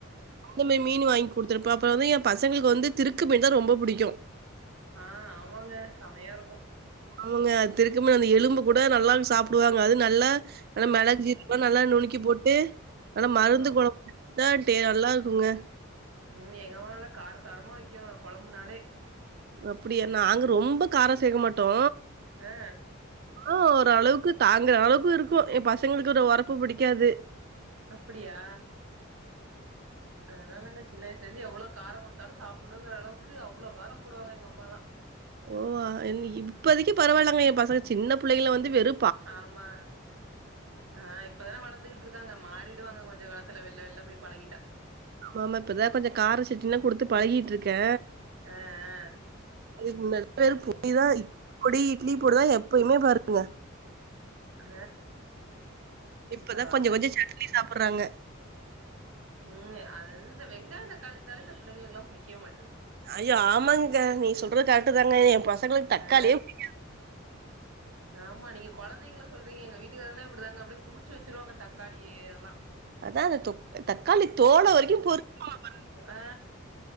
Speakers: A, on the right (about 50°); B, on the right (about 80°).
A: இந்த மேரி மீன் வாங்கி குடுத்துருப்பே அப்றோ வந்து எ பசங்களுக்கு வந்து திருக்கு மீன் தா ரொம்ப புடிக்கு
B: ஆ ஆமாங்க செமயாருக்கு
A: அவங்க திருக்கு மீன் அந்த எலும்பு கூட நல்லா சாப்டுவாங்க அது நல்ல நல்லா மெளகு சீர் கோ நல்லா நுணுக்கி போட்டு நல்லா மருந்து
B: ஆமா
A: கொழம்பு தா டே நல்லாருக்குங்க
B: ம் எங்கம்மா நல்லா காரசாரமா வக்கணு கொழம்புனாலே
A: அப்டியா நாங்க ரொம்ப காரோ சேக்க மாட்டோ
B: ஆ
A: ஆ ஓரளவுக்கு தாங்குற அளவுக்கு இருக்கு எ பசங்களுக்கு இந்த ஒரப்பு புடிக்காது
B: அப்படியா அதலா இல்லங்க சின்ன வயசுலருந்து எவ்ளோ காரோ குடுத்தாலு சாப்புனுங்ற அளவுக்கு அவ்ளோ காரோ போடுவாங்க எங்கம்மாலா
A: ஓ வா இல் இப்பதக்கி பரவால்லங்க எ பசங்க சின்ன புள்ளைல வந்து வெறு
B: ஆமா ஆ இப்பதானே வளர்ந்துகிட்ருக்காங்க மாறிடுவாங்க கொஞ்ச காலத்துல வெள்ல வெள்ல போய் பழகிட்டா
A: ஆமா இப்பதா கொஞ்ச கார சட்டினில்லாகுடுத்து பழகிட்ருக்கே
B: ஆ ஆ
A: அதுக்கு
B: சேரி
A: <inaudible> பொடி இட்லி பொடிதா எப்பயுமே பாருங்க
B: ஆ
A: இப்பதா
B: பரவால்ல
A: கொஞ்ச கொஞ்சோ சட்னி சாப்புறாங்க
B: ம் அது இது இந்த வெங்காயோ தக்காளி இருந்தாலே இந்த பிள்ளைங்களுக்கெல்லா பிடிக்கவே மாட்டது
A: ஐயோ ஆமாங்க நீங் சொல்றது கரெக்ட்டு தாங்க எ பசங்களுக்கு தக்காளியே
B: ஆ
A: பிடி
B: ஆமா நீங்க கொழந்தைங்கள சொல்றீங்க எங்க வீட்டுக்காரங்ல்லா இப்டிதாங்க அப்டியே குமிச்சு வச்சுருவாங்க தக்காளியல்லா
A: அதா அந்த தொக் தக்காளி தோல வரைக்கு பொருக்குவாங்க
B: ஆ